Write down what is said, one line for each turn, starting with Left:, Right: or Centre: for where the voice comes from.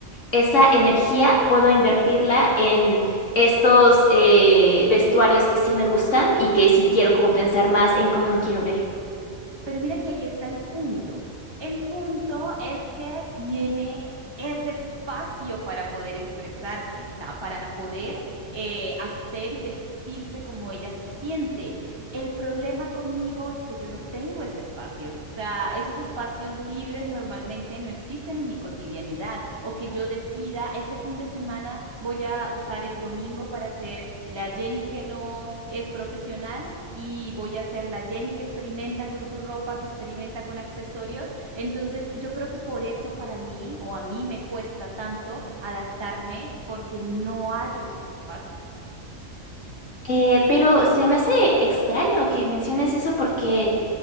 Left: esa energía puedo invertirla en estos eh, vestuarios que sí me gustan y que sí quiero como pensar más en cómo me quiero ver.
Right: Pero mira que ahí está el punto. El punto es que tiene ese espacio para poder expresarse, o sea, para poder eh, hacer y vestirse como ella se siente. El problema conmigo es que yo no tengo ese espacio. O sea, esos espacios libres normalmente no existen en mi cotidianidad. O que yo decida, este fin de semana voy a usar el domingo para ser la Jenny que no es profesional y voy a ser la Jenny que experimenta con su ropa, que experimenta con accesorios. Entonces, yo creo que por eso para mí o a mí me cuesta tanto adaptarme porque no hallo esos espacios.
Left: Eh, pero se me hace extraño que menciones eso porque,